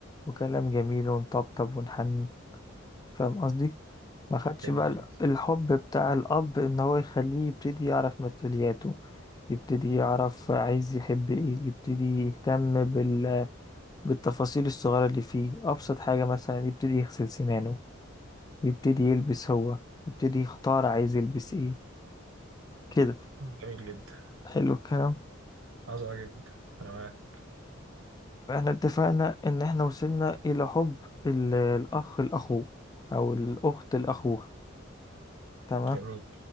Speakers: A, on the left; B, on the right.
A: وكلام جميل ونطبطب ونحني فاهم قصدي ما خدش
B: جميل
A: بقى ال-
B: جدا
A: الحب بتاع الاب ان هو يخليه يبتدي يعرف مسؤولياته يبتدي يعرف عايز يحب ايه يبتدي يهتم بال... بالتفاصيل الصغيرة اللي فيه ابسط حاجة مثلا يبتدي يغسل سنانه يبتدي يلبس هو يبتدي يختار عايز يلبس ايه كده
B: جميل جدا
A: حلو الكلام
B: عظمة جدا أنا معاك
A: احنا اتفقنا ان احنا وصلنا الى حب ال- الاخ لاخوه او الاخت لاخوها تمام
B: جميل